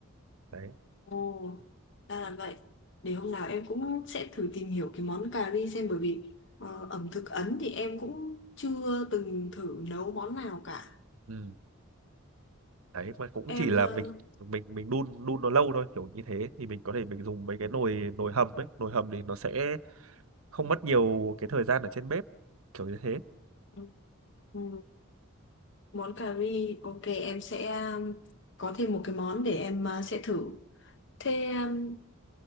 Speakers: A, on the right; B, on the left.
A: Đấy.
B: Ồ, ra là vậy. Để hôm nào em cũng sẽ thử tìm hiểu cái món cà ri xem bởi vì ờ, ẩm thực Ấn thì em cũng chưa từng thử nấu món nào cả.
A: Ừ. đấy mà cũng
B: Em
A: chỉ là
B: ờ,
A: mình mình mình đun đun nó lâu thôi kiểu như thế thì mình có thể mình dùng mấy cái nồi nồi hầm ấy nồi hầm thì nó sẽ không mất nhiều cái thời gian ở trên bếp kiểu như thế
B: ừ, Ừ, món cà ri, ok em sẽ um, có thêm một cái món để em uh, sẽ thử. Thế um,